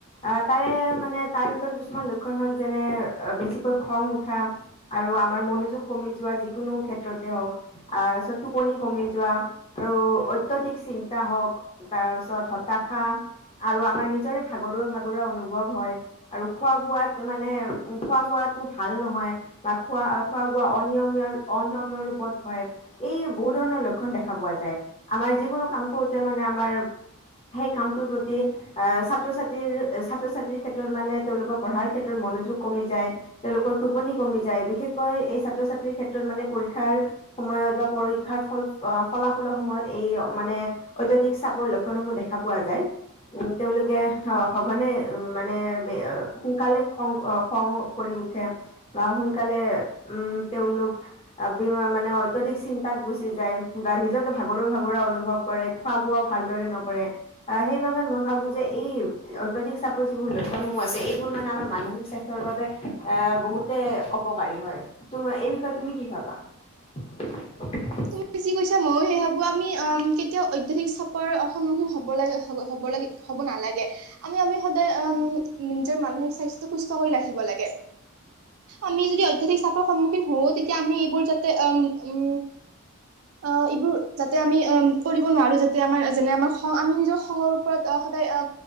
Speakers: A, on the left (about 30°); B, on the right (about 70°).
A: আহ তাৰে মানে তাৰ ভিতৰত কিছুমান লক্ষণ হ'ল যেনে বেছিকৈ খং উঠা। আৰু আমাৰ মনোযোগ কমি যোৱা যিকোনো ক্ষেত্ৰতে হওক আহ তাৰপিছত টুপনি কমি যোৱা আৰু অত্যাধিক চিন্তা হওক। তাৰ পিছত হতাশা আৰু আমাৰ নিজৰে ভাগৰুৱা ভাগৰুৱা অনুভৱ হয়। আৰু খোৱা বোৱাত মানে খোৱা বোৱাতো ভাল নহয় বা খোৱা খোৱা বোৱা অনমীয়া অনিয়মীয় ৰূপত হয়। এই বহু ধৰণৰ লক্ষণ দেখা পোৱা যায় আমাৰ যিকোনো কাম কৰোতে মানে আমাৰ সেই কামটো প্ৰতি আহ ছাত্ৰ ছাত্ৰীৰ, ছাত্ৰ ছাত্ৰীৰ ক্ষেত্ৰত মানে তেওঁলোকৰ পঢ়াৰ ক্ষেত্ৰত মনোযোগ কমি যায়। তেওঁলোকৰ টোপনি কমি যায় বিশেষকৈ এই ছাত্ৰ ছাত্ৰীৰ ক্ষেত্ৰত মানে পৰীক্ষাৰ সময়ত বা পৰীক্ষাৰ ফল- ফলাফলৰ সময়ত এই মানে অত্যাধিক চাপৰ লক্ষণসমূহ দেখা পোৱা যায়। উ তেওঁলোকে আহ সঘনে উ মানে সোনকালে খং খং কৰি উঠে বা সোনকালে উম তেওঁলোক। মানে অত্যাধিক চিন্তাত গুচি যায় বা নিজকে ভাগৰুৱা ভাগৰুৱা অনুভৱ কৰে খোৱা বোৱা ভালদৰে নকৰে। আহ সেই সেইবাবে মই ভাবো যে এই অত্যা ধিক চাপৰ যিবোৰ লক্ষণ সমূহ আছে এইবোৰ মানে আমাৰ মানসিক স্বাস্থ্য বাবে। এ বহুতে অপকাৰী হয়, তুম এই বিষয়ে তুমি কি ভাবা? <unintelligible>
B: তুমি যি কৈছা ময়ো সেই ভাবোঁ আমি কেতিয়াও অধ্যাধিক চাপৰ সন্মুখীন হ'ব লাগে হ'ব লাগে হ'ব নালাগে। আৰু আমি সদায় অ 'নিজৰ মানসিক স্বাস্থ্য সুস্থ কৰি ৰাখিব লাগে। আমি যদি অত্যধিক চাপৰ সন্মুখীন হওঁ তেতিয়া আমি এইবোৰ যাতে উ উ অ' এইবোৰ যাতে আমি অ'কৰিব নোৱাৰো যাতে আমাৰ যেনে আমাৰ খ- খং আমি নিজৰ খঙৰ ওপৰত সদায়